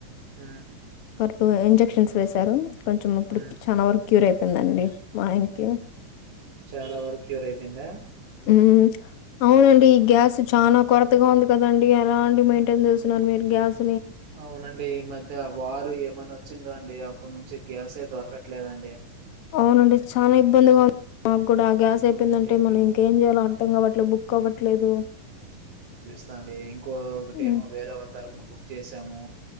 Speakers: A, on the right (about 65°); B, on the left (about 55°).
A: ఉ
B: ఇప్పుడు ఇంజెక్షన్స్ వేసారు కొంచెం ఇప్పుడు
A: హ్మ్.
B: చానా వరు క్యూర్ అయిపోయిందండి మా ఆయన్కి
A: చాలా వరకు క్యూర్ ఐపేందా?
B: హ్మ్. అవునండి ఈ గ్యాస్ చాన కొరతగా ఉంది కదండి ఎలా అండి మెయింటైన్ చేస్తున్నారు మీరు గ్యాస్
A: అవునండి ఈ మధ్య వారు ఎప్ మని వచ్చిందో అండి అప్పుడు నుంచి గ్యాసే దొరకట్లేదండి.
B: అవునండి చాలా ఇబ్బందిగా ఉం మాక్ కూడా ఆ గ్యాస్ అయిపోయిందంటే
A: అవునండి.
B: మనం
A: మేము
B: ఇంకేం చేయాలో అర్ధం కావట్లే బుక్ అవ్వట్లేదు.
A: సరే ఇంకోకటేమో
B: హ్మ్.
A: వేరే వాళ్ళ తరపున బుక్ చేసాము